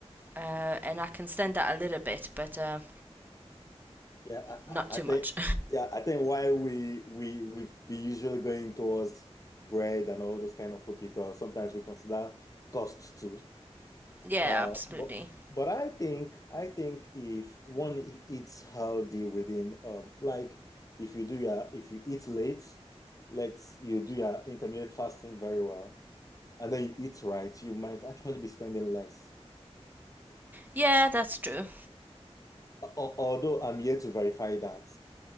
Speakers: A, on the right (about 15°); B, on the left (about 30°).
A: Uh, and I can stand that a little bit, but uh,
B: Yeah,
A: not
B: I,
A: too
B: I I think
A: much.
B: yeah, I think why we we we've been usually going towards bread and all those kind of food because sometimes we consider cost too.
A: <laughs> yeah,
B: Uh,
A: absolutely.
B: but but I think I think if one e- eats healthy within um like if you do your if you eat late, let's you do your intermittent fasting very well. and then you eat right, you might actually be spending less.
A: Yeah, that's true.
B: although I'm yet to verify that.